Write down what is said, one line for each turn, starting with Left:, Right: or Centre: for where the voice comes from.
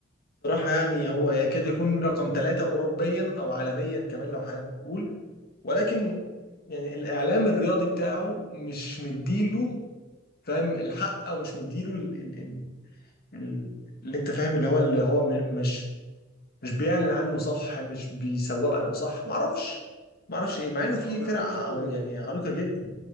Left: يعني هو يكاد يكون رقم ثلاثه اوروبيا او عالميا كمان لو حابب تقول ولكن يعني الاعلام الرياضي بتاعه مش مديله فاهم الحق او مش مديله ال... ال... ال... ال- اللي انت فاهم اللي هو اللي هو م- مش مش بيعلن عنه صح مش بيسوق له صح ما اعرفش ما اعرفش ايه مع
Right: بس
Left: انه في
Right: ما بياخدوش
Left: فرق ع-
Right: دوري
Left: يعني عريقه جدا